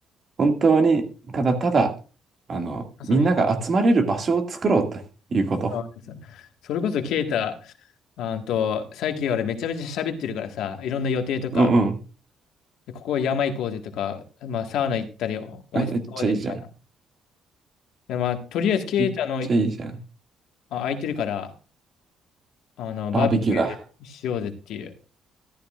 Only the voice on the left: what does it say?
遊びにな。
あそそれこそ、ケイタ、あんと、最近俺めちゃめちゃ喋ってるからさ、いろんな予定とか、
で、ここ山行こうぜとか、まあ、サウナ行ったり、温泉行こうぜみたいな。
で、まあ、とりあえず、ケイタの家、
あ、空いてるから、あの、バーベキューしようぜっていう。